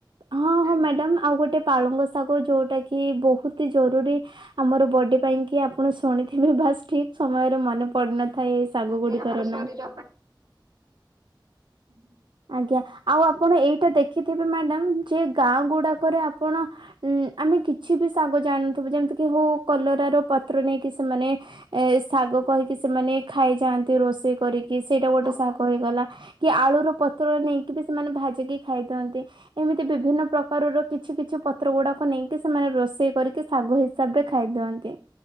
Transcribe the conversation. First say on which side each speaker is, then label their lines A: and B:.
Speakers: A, on the right; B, on the right.
A: ହଁ ହଁ
B: ଆଜ୍ଞା
A: ମ୍ୟାଡାମ ଆଉ ଗୋଟେ ପାଳଙ୍ଗ ଶାଗ ଯୋଉଟା କି ବହୁତି ଜରୁରୀ ଆମର ବଡି ପାଇଁ କି ଆପଣ ଶୁଣିଥିବେ ବାସ୍ ଠିକ ସମୟରେ ମନେ ପଡୁ ନଥାଏ ଏ ଶାଗ
B: ଆଜ୍ଞା
A: ଗୁଡିକର
B: ଆମର ଶରୀର
A: ନା।
B: ହୁଁ।
A: ଆଜ୍ଞା ଆଉ ଆପଣ ଏଇଟା ଦେଖିଥିବେ ମ୍ୟାଡ଼ାମ ଯେ ଗାଁ ଗୁଡାକରେ ଆପଣ ଉଁ ଆମେ କିଛି ବି ଶାଗ ଜାଣିନଥିବୁ। ଯେମିତିକି ହଉ କଲରା ର ପତ୍ର ନେଇକି ସେମାନେ ଏ ଶାଗ କହିକି ସେମାନେ ଖାଇଯାଆନ୍ତି ରୋଷେଇ କରି କି ସେଇଟା ଗୋଟେ
B: ଆଜ୍ଞା।
A: ଶାଗ ହେଇଗଲା କି ଆଳୁର ର ପତ୍ର ନେଇକି ବି ସେମାନେ ଭାଜିକି ଖାଇଦିଅନ୍ତି। ଏମିତି ବିଭିନ୍ନ ପ୍ରକାରର କିଛି କିଛି ପତ୍ର ଗୁଡାକୁ ନେଇକି ସେମାନେ ରୋଷେଇ କରିକି ଶାଗ ହିସାବରେ ଖାଇ ଦିଅନ୍ତି।